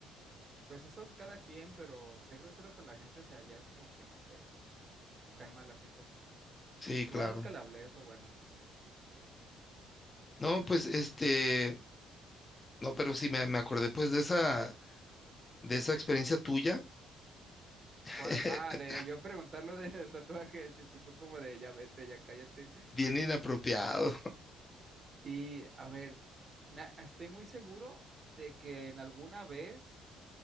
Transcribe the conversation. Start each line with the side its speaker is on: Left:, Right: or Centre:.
Right: pues eso cada quien, pero ser grosero con la gente, o sea, ya es como que no sé, cae mal la gente así.
Left: Sí,
Right: Igual
Left: claro.
Right: nunca le hablé, es lo bueno.
Left: No, pues, este, no, pero sí me, me acordé, pues, de esa, de esa experiencia tuya, <laughs>
Right: ¿Cuál? Ah, de yo preguntar lo <laughs> de los tatuajes y el tipo como de ya vete, ya cállate.
Left: bien inapropiado. <laughs>
Right: Y a ver, me- estoy muy seguro de que en alguna vez.